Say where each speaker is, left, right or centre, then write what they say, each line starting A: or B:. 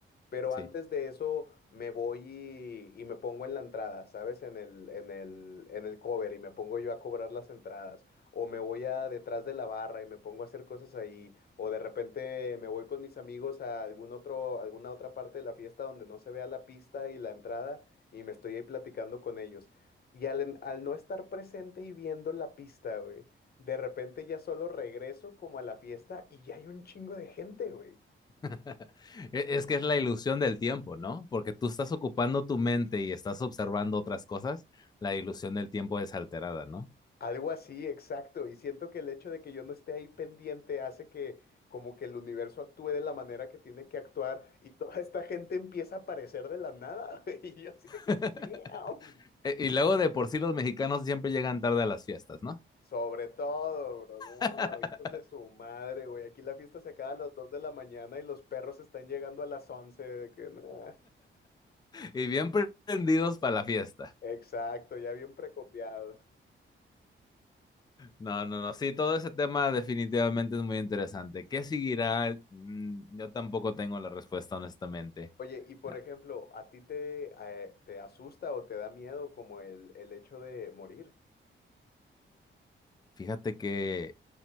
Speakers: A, on the left; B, on the left.
A: Pero
B: sí.
A: antes de eso me voy y, y me pongo en la entrada, ¿sabes? En el, en el, en el cover y me pongo yo a cobrar las entradas o me voy a detrás de la barra y me pongo a hacer cosas ahí, o de repente me voy con mis amigos a algún otro, alguna otra parte de la fiesta donde no se vea la pista y la entrada y me estoy ahí platicando con ellos. Y al, en- al no estar presente y viendo la pista, güey, de repente ya solo regreso como a la fiesta y ya hay un chingo de gente, güey.
B: <laughs> Es que es la ilusión del tiempo, ¿no? Porque tú estás ocupando tu mente y estás observando otras cosas, la ilusión del tiempo es alterada, ¿no?
A: Algo así, exacto. Y siento que el hecho de que yo no esté ahí pendiente hace que como que el universo actúe de la manera que tiene que actuar y toda esta gente empieza a aparecer de la nada. <laughs> güey, Y yo así de que,
B: <laughs>
A: "Damn".
B: Y luego de por sí los mexicanos siempre llegan tarde a las fiestas, ¿no?
A: Sobre todo, bro, no,
B: <laughs>
A: hijos de su madre, güey. Aquí la fiesta se acaba a las 2 de la mañana y los perros están llegando a las 11 de que, "Nah".
B: Y bien prendidos para la fiesta.
A: Exacto, ya bien precopiados.
B: No, no, no, sí, todo ese tema definitivamente es muy interesante. ¿Qué seguirá? Mm, Yo tampoco tengo la respuesta, honestamente.
A: Oye, y por
B: Ah,
A: ejemplo, ¿a ti te, eh, te asusta o te da miedo como el, el hecho de morir?
B: Fíjate que